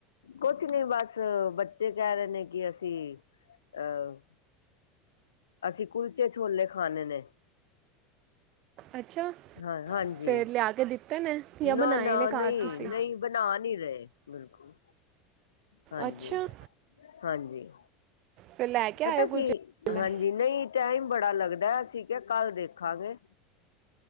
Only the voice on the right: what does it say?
ਅੱਛਾ,
ਫੇਰ ਲਿਆ ਕੇ ਦਿੱਤੇ ਨੇ ਜਾਂ
ਬਣਾਏ
ਨੇ
ਘਰ ਤੁਸੀਂ।
ਅੱਛਾ ਫਿਰ ਲੈ ਕੇ
ਆਇਓ ਕੁਲਚੇ
ਛੋਲੇ।